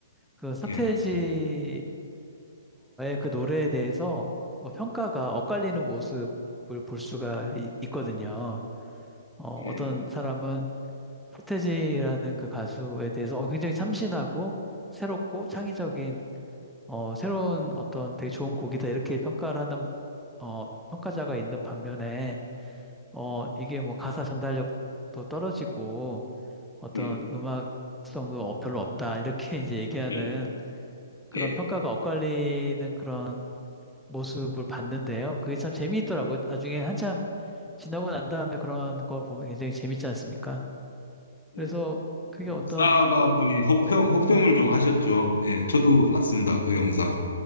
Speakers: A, in the centre; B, on the left.
A: 그 서태지의
B: 예.
A: 그 노래에 대해서 어, 평가가 엇갈리는 모습을 볼 수가 있, 거든요 어,
B: 예.
A: 떤 사람은 서태지라는 그 가수에 대해서 어, 굉장히 참신하고 새롭고 창의적인
B: 예.
A: 어, 새로운 어떤 되게 좋은 곡이다 이렇게 평가를 하는 어, 평가자가 있는 반면에 어, 이게 뭐 가사 전달력도 떨어지고 어떤
B: 예.
A: 음악성도 어- 별로 없다. 이렇게 <laughs> 이제 얘기하는
B: 예.
A: 그런
B: 예.
A: 평가가 엇갈리는 그런 모습을 봤는데요. 그게 참 재미있더라고요. 나중에 한참 지나고 난 다음에 그런 걸 보면 굉장히 재밌지 않습니까? 그래서
B: 예.
A: 그게 어떤,
B: 사가분이 혹평 혹평을 좀 하셨죠. 예. 저도 봤습니다. 그 영상.